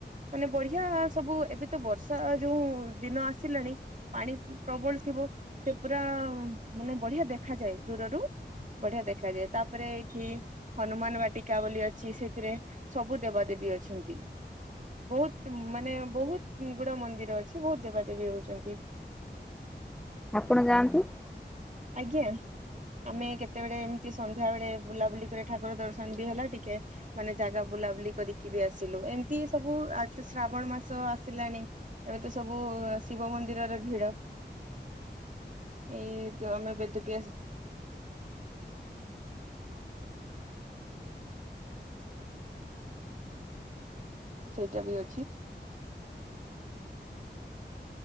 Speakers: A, on the right; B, in the centre.
A: ମାନେ ବଢିଆ ସବୁ, ଏବେ ତ ବର୍ଷା ଯୋଉ ଦିନ ଆସିଲାଣି, ପାଣି ପ୍ରବଳ ଥି ଥିବ, ସେ ପୁରା ମାନେ ବଢିଆ ଦେଖାଯାଏ । ଦୁରରୁ ବଢିଆ ଦେଖାଯାଏ । ତାପରେ ଏଠି ହନୁମାନ ବାଟିକା ବୋଲି ଅଛି, ସେଥିରେ ସବୁ ଦେବାଦେବୀ ଅଛନ୍ତି । ବହୁତ୍ ମାନେ ବହୁତ୍ ଗୁଡେ ମନ୍ଦିର ଅଛି। ବହୁତ୍ ଦେବା ଦେବୀ ରହୁଚନ୍ତି । <inaudible>
B: ଆପଣ ଯାଆନ୍ତି ?
A: ଆଜ୍ଞା, ଆମେ କେତେବେଳେ ଏମିତି ସନ୍ଧ୍ୟା ବେଳେ ବୁଲାବୁଲି କରି ଠାକୁର ଦର୍ଶନ ବି ହେଲା। ଟିକେ ମାନେ ଜାଗା ବୁଲା ବୁଲି କରିକି ବି ଆସିଲୁ । ଏମିତି ସବୁ ଆ ଶାବଣ ମାସ ଆସିଲାଣି । ଏବେତ ସବୁ ଶିବ ମନ୍ଦିର ରେ ଭିଡ। <inaudible> ଏଇ ଆମେ ବେଦୁ <unintelligible> ସେଇଟା ବି ଅ